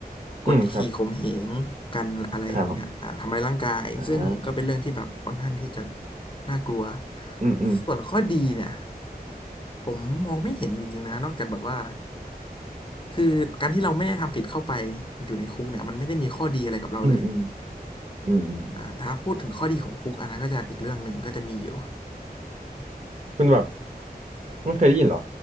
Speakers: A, on the left; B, on the right.
A: กดขี่ข่มเหงกันอะไรอย่างเงี้ยอ่าทำร้ายร่างกายซึ่งก็เป็นเรื่องที่แบบค่อนข้างที่จะ
B: อืมครับครับผมอ่า
A: น่ากลัว
B: อืมอืม
A: ส่วนข้อดีเนี่ย ผมมองไม่เห็นจริงๆนะนอกจากแบบว่าคือการที่เราไม่ได้ทำผิดเข้าไปอยู่ในคุกเนี่ยมันไม่ได้มีข้อดีอะไรกับเราเลย
B: อืมอืมอืมอืม
A: อ่าแต่ถ้าพูดถึงข้อดีของคุกอันนั้นก็จะอีกเรื่องหนึ่งก็จะมีอยู่
B: คุณแบบไม่เคยได้ยินเหรอ